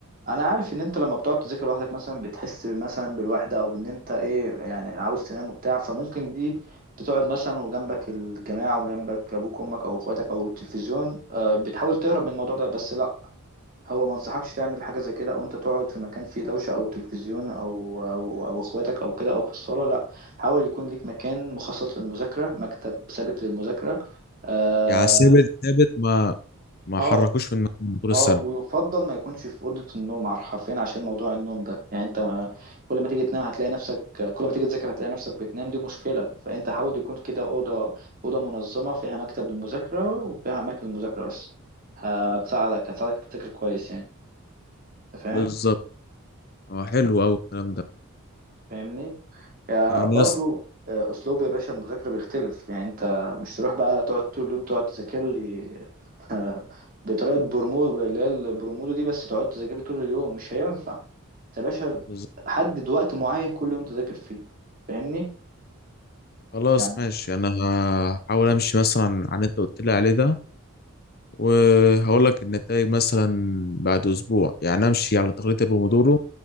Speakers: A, on the right; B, on the left.
A: انا عارف ان انت لما بتقعد تذاكر لوحدك مثلا بتحس مثلا بالوحده او ان انت ايه يعني عاوز تنام وبتاع فممكن دي تقعد مثلا وجنبك الجماعه وجنبك ابوك وامك او اخواتك او التلفزيون آه، بتحاول تهرب من الموضوع ده بس لا هو ما انصحكش تعمل حاجه زي كده او انت تقعد في مكان فيه دوشه او تلفزيون او او او اخواتك او كده او في الصاله لا حاول يكون ليك مكان مخصص للمذاكره مكتب ثابت للمذاكره اه
B: يعني ثابت ثابت ما ما
A: آه،
B: حركوش من مكانه طول السنة
A: اه ويفضل ما يكونش في اوضه النوم عر- حرفيا عشان موضوع النوم ده يعني انت ما- كل ما تيجي تنام هتلاقي نفسك كل ما تيجي تذاكر هتلاقي نفسك بتنام دي مشكله فانت حاول يكون كده اوضه اوضه منظمه فيها مكتب للمذاكره وفيها اماكن للمذاكره بس هتساعدك هتساعدك تفتكر كويس يعني انت فاهم
B: بالظبط اه حلو أوي الكلام ده
A: فاهمني يعني
B: يعني
A: برضو
B: يا اسطى
A: آه، اسلوب يا باشا المذاكره بيختلف يعني انت مش تروح بقى تقعد طول اليوم تقعد تذاكر لي <laughs> بطريقه برمودو اللي هي البرمودو دي بس تقعد تذاكر لي طول اليوم مش هينفع انت يا باشا
B: بالظبط.
A: حدد وقت معين كل يوم تذاكر فيه فاهمني
B: خلاص
A: يعني
B: ماشي أنا هحاول أمشي مثلا عن اللي أنت قلت لي عليه ده وهقول لك النتائج مثلا بعد أسبوع يعني أمشي على تقليد البومودورو